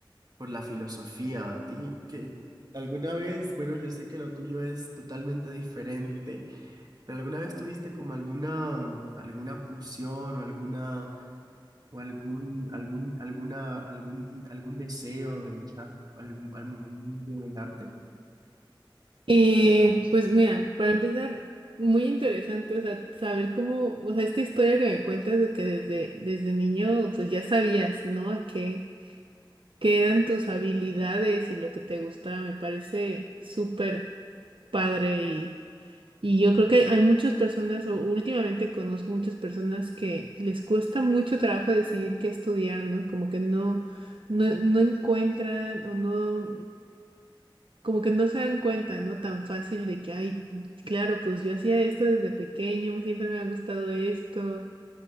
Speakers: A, on the right; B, on the right.
A: por la filosofía. ¿A ti que alguna vez, bueno, yo sé que lo tuyo es totalmente diferente, pero alguna vez tuviste como alguna, mm, alguna pulsión o alguna, o algún, algún, alguna, algún, algún deseo de entrar al, al mundillo del arte?
B: Eh, pues mira, para empezar, muy interesante, o sea, saber cómo, o sea, esta historia que me cuentas de que desde, desde niño, pues ya sabías, ¿no? A qué, que eran tus habilidades y lo que te gustaba. Me parece súper padre y, y yo creo que hay muchas personas, o últimamente conozco muchas personas que les cuesta mucho trabajo decidir qué estudiar, ¿no? Como que no, no, no encuentran o no, como que no se dan cuenta, ¿no? Tan fácil de que, ay, claro, pues yo hacía esto desde pequeño, siempre me ha gustado esto